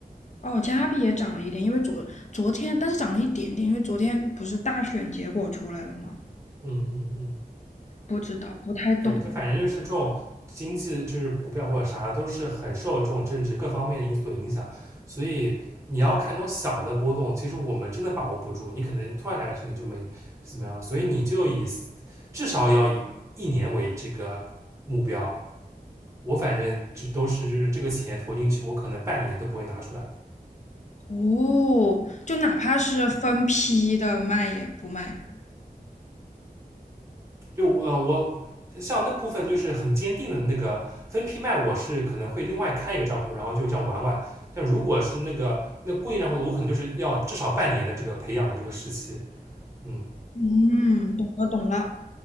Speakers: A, on the left; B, on the right.
A: 哦，加币也涨了一点，因为昨昨天但是涨了一点点，因为昨天不是大选结果出来了吗？
B: 嗯嗯嗯，
A: 不知道，不太懂。
B: 对，就反正就是这种经济，就是股票或者啥，都是很受这种政治各方面的因素影响。所以你要看这种小的波动，其实我们真的把握不住，你可能突然来个事情就没怎么样了。所以你就以至少要以一年为这个目标。我反正这都是就是这个钱投进去，我可能半年都不会拿出来。
A: 哦，就哪怕是分批的卖也不卖。
B: 就呃，我像那部分就是很坚定的那个分批卖，我是可能会另外开一个账户，然后就这样玩玩。但如果是那个那固定账户的，我可能就是要至少半年的这个培养的这个时期。嗯
A: 嗯，懂了懂了。